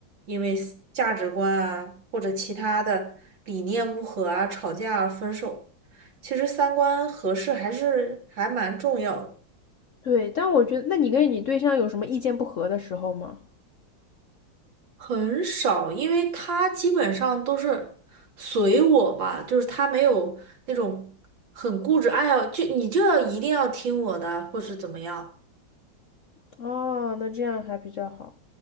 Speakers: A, on the right (about 70°); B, on the left (about 60°).
A: 因为思价值观啊，或者其他的理念不合啊，吵架啊，分手。其实三观合适还是还蛮重要的。
B: 对。但我觉得，那你跟你对象有什么意见不合的时候吗？
A: 很少，因为他基本上都是随我吧，就是他没有那种很固执，哎呀，就你就要一定要听我的，或是怎么样。
B: 哦，那这样还比较好。